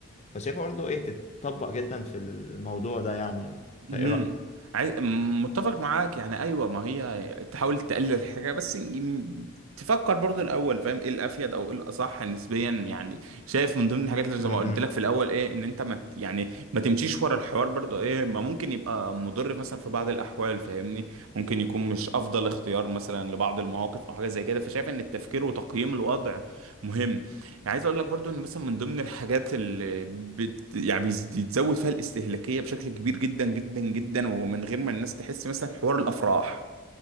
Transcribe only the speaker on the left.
فشايفها برضه ايه تتطبق جدا في الموضوع ده يعني انت
ايه رايك
م-
م-